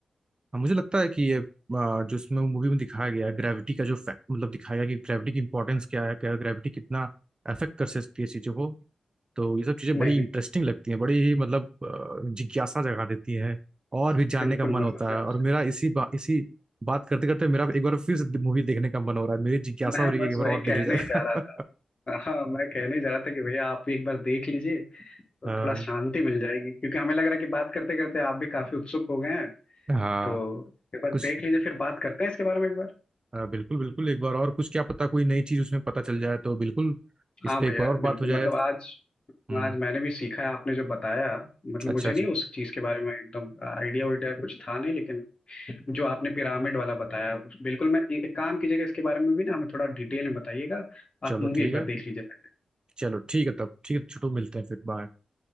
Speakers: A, on the right (about 35°); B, on the left (about 45°).
A: हाँ मुझे लगता है कि ये आ, जो इसमें मूवी में दिखाया गया है ग्रेविटी का जो फैक्ट मतलब दिखाया गया कि ग्रेविटी की इंपॉर्टेंस क्या है क्या ग्रेविटी कितना अफेक्ट कर सकती है चीज़ों को तो ये सब चीज़ें
B: नहीं
A: बड़ी
B: नहीं
A: इंटरेस्टिंग लगती हैं बड़ी ही मतलब आ, जिज्ञासा जगा देती हैं और भी जानने
B: बिल्कुल
A: का मन
B: मतलब
A: होता
B: मैं
A: है
B: तो
A: और मेरा इसी बा, इसी बात करते करते मेरा एक बार फिर से मूवी देखने का मन हो रहा है मेरी जिज्ञासा
B: मैं
A: हो रही
B: बस
A: है कि एक बार
B: वही
A: और देख
B: कहने
A: लिया
B: ही
A: जाएगा
B: जा रहा था हाँ मैं कहने ही जा रहा था कि भैया आप भी एक बार देख लीजिए तो
A: <laughs>
B: थोड़ा
A: आ,
B: शांति मिल जाएगी क्योंकि हमें लग रहा है कि बात करते करते आप भी काफी उत्सुक हो गए हैं
A: हाँ
B: तो एक बार
A: कुछ
B: देख लीजिए फिर बात करते हैं इसके बारे में एक बार
A: आ, बिल्कुल बिल्कुल एक बार और कुछ क्या पता कोई नई चीज़ उसमें पता चल जाए तो बिल्कुल इस
B: हाँ
A: पे
B: भैया
A: एक बार और बात
B: बिल्कुल
A: हो जाए
B: मतलब आज
A: हम्म
B: आज मैंने भी सीखा है आपने जो बताया मतलब
A: अच्छा
B: मुझे
A: अच्छा
B: नहीं उस चीज के बारे में एकदम आइडिया उइडिया कुछ था नहीं लेकिन जो आपने पिरामिड वाला बताया बिल्कुल मैं एक काम कीजिएगा इसके बारे में भी ना हमें थोड़ा डिटेल में बताइएगा
A: चलो
B: आप मूवी
A: ठीक
B: एक बार
A: है
B: देख लीजिए पहले
A: चलो ठीक है तब ठीक है छोटू मिलते हैं फिर बाय